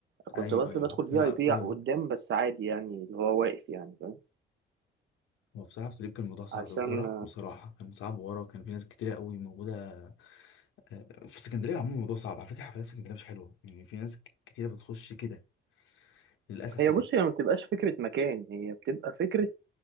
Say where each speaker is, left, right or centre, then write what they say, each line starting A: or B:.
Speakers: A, on the right; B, on the left.
A: كنت
B: ايوه
A: بدخل
B: ايوه
A: بدخل
B: لا
A: في اي بي
B: فاهمك
A: قدام بس عادي يعني اللي هو واقف يعني فاهم
B: هو بصراحة في الطبيب كان الموضوع صعب
A: عشان
B: ورا بصراحة كان صعب ورا كان في ناس كتيرة قوي موجودة آه، آه، في اسكندرية عموما الموضوع صعب على فكرة حفلات في اسكندرية مش حلوة يعني في ناس ك- كتيرة بتخش كده للأسف
A: هي
B: يعني
A: بص هي ما بتبقاش فكرة مكان هي بتبقى فكرة